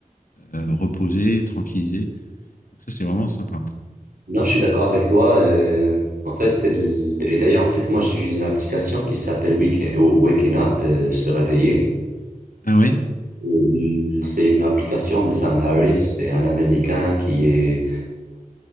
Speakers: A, on the left; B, on the right.
A: euh, reposé, tranquillisé. Donc ça, c'est vraiment sympa.
B: Non, je suis d'accord avec toi. euh, en fait, l- et d'ailleurs, en fait, moi, j'utilise une application qui s'appelle Wake, Waking Up, euh, se réveiller.
A: Ah oui?
B: Euh, C'est une application de Sam Harris, c'est un Américain qui est